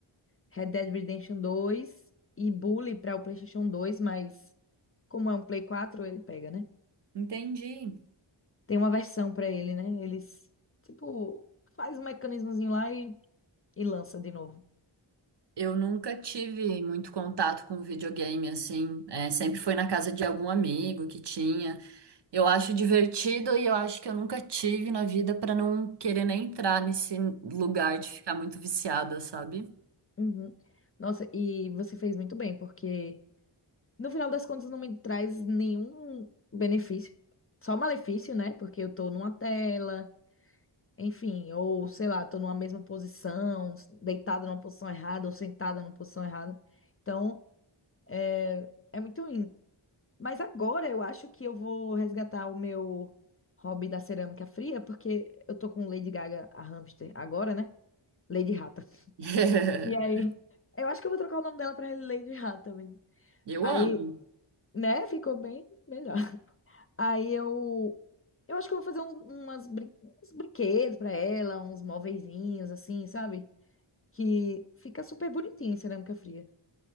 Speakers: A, on the left (about 30°); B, on the right (about 60°).
A: Red Dead Redemption dois e Bully para o PlayStation dois mas como é um Play quatro ele pega, né?
B: Entendi.
A: Tem uma versão para ele, né? Eles, tipo, faz um mecanismozinho lá e, e lança de novo.
B: Eu nunca tive muito contato com videogame, assim. É, sempre foi na casa de algum amigo que tinha. Eu acho divertido e eu acho que eu nunca tive na vida pra não querer nem entrar nesse lugar de ficar muito viciada, sabe?
A: Uhum. Nossa, e você fez muito bem, porque No final das contas, não me traz nenhum benefício. Só malefício, né? Porque eu tô numa tela, enfim, ou sei lá, tô numa mesma posição, deitada numa posição errada ou sentada numa posição errada. Então, é é muito ruim. Mas agora eu acho que eu vou resgatar o meu hobby da cerâmica fria, porque eu tô com Lady Gaga, a hamster, agora, né? Lady Rata.
B: <laughs>
A: E aí, eu acho que eu vou trocar o nome dela pra Lady Rata mesmo.
B: Eu
A: Aí,
B: amo.
A: né? Ficou bem melhor. Aí eu. Eu acho que eu vou fazer uns, umas brin- uns brinquedos pra ela, uns móveizinhos, assim, sabe? Que fica super bonitinho em cerâmica fria.